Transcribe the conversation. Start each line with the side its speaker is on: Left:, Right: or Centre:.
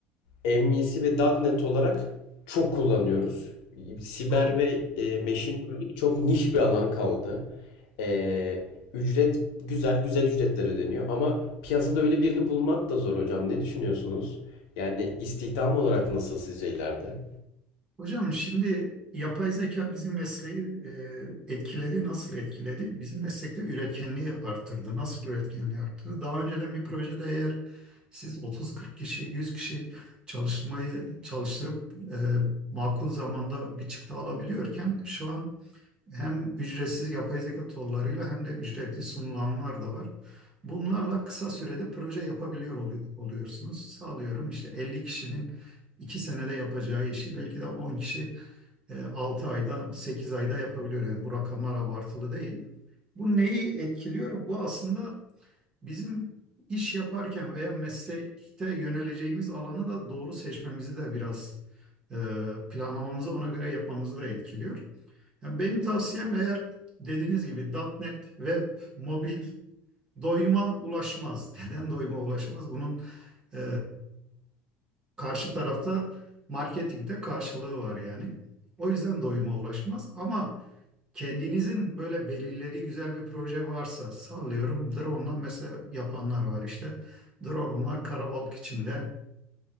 Left: MVC ve .nokta .NET olarak çok kullanıyoruz. Siber
Right: Bu
Left: ve e, machine learning çok niş bir alan kaldı. E, ücret güzel, güzel ücretler ödeniyor ama piyasada öyle birini bulmak da zor hocam. Ne düşünüyorsunuz? Yani istihdam olarak nasıl sizce ileride?
Right: Hocam şimdi yapay zeka bizim mesleği e, etkiledi. Nasıl etkiledi? Bizim meslekte üretkenliği arttırdı. Nasıl üretkenliği arttırdı? Daha önceden bir projede eğer siz 30-40 kişi, 100 kişi çalışmayı çalıştırıp e, makul zamanda bir çıktı alabiliyorken şu an hem ücretsiz yapay zeka tollarıyla hem de ücretli sunulanlar da var. Bunlarla kısa sürede proje yapabiliyor oluyor, oluyorsunuz. Sağlıyorum işte 50 kişinin 2 senede yapacağı işi belki de 10 kişi e, 6 ayda 8 ayda yapabiliyor. Yani bu rakamlar abartılı değil. Bu neyi etkiliyor? Bu aslında bizim iş yaparken veya meslekte yöneleceğimiz alanı da doğru seçmemizi de biraz e, planlamamızı ona göre yapmamızı da etkiliyor. Yani benim tavsiyem eğer dediğiniz gibi .NET, web, mobil doyuma ulaşmaz. <laughs> Neden doyuma ulaşmaz? Bunun e, karşı tarafta marketingte karşılığı var yani. O yüzden doyuma ulaşmaz ama kendinizin böyle belirlediği güzel bir proje varsa sallıyorum drone'la mesela yapanlar var işte. Drone'la karabalık içinde